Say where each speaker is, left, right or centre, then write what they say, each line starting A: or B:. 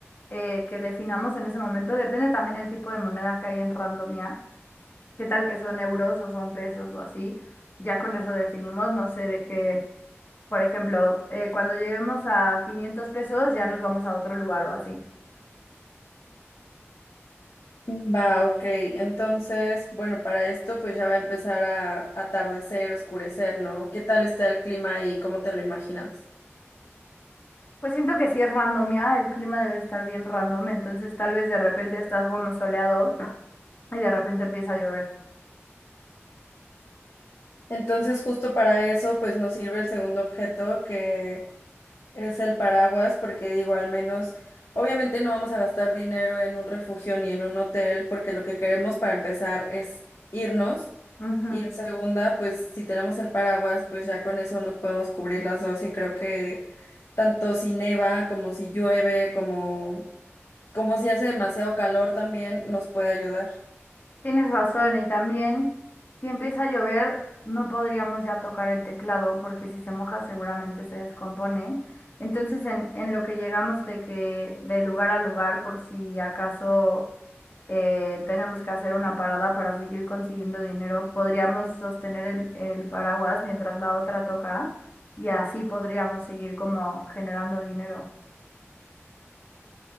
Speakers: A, on the left; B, on the left.
A: eh, que definamos en ese momento. Depende también el tipo de moneda que hay en Randomia. ¿Qué tal que son euros o son pesos o así? Ya con eso definimos, no sé, de que, por ejemplo, eh, cuando lleguemos a 500 pesos ya nos vamos a otro lugar o así.
B: Va, ok. Entonces, bueno, para esto pues ya va a empezar a atardecer, oscurecer, ¿no? ¿Qué tal está el clima ahí? ¿Cómo te lo imaginas?
A: Pues siento que si es randomia, el clima debe estar bien random, entonces tal vez de repente estás como soleado y de repente empieza a llover.
B: Entonces, justo para eso pues nos sirve el segundo objeto que es el paraguas, porque digo, al menos, obviamente no vamos a gastar dinero en un refugio ni en un hotel, porque lo que queremos para empezar es irnos.
A: Ujú.
B: Y en segunda, pues si tenemos el paraguas, pues ya con eso nos podemos cubrir las dos y creo que tanto si neva como si llueve, como, como si hace demasiado calor también nos puede ayudar.
A: Tienes razón, y también si empieza a llover, no podríamos ya tocar el teclado porque si se moja seguramente se descompone. Entonces en, en lo que llegamos de que de lugar a lugar, por si acaso eh, tenemos que hacer una parada para seguir consiguiendo dinero. Podríamos sostener el, el paraguas mientras la otra toca y así podríamos seguir como generando dinero.